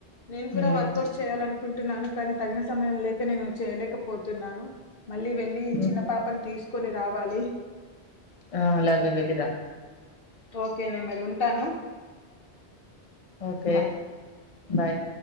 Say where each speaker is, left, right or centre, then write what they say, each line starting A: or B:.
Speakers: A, on the left; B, on the left.
A: నేను కూడా
B: ఉమ్
A: వర్కౌట్స్ చేయాలనుకుంటున్నాను కానీ తగిన సమయం లేక నేను చేయలేక పోతున్నాను మళ్ళీ వెళ్ళి
B: ఉహు
A: చిన్న పాపను తీసుకొని రావాలి
B: ఆ అలాగే వెళ్ళిరా
A: ఓకేనే మరి ఉంటాను
B: ఓకే
A: బాయ్
B: బాయ్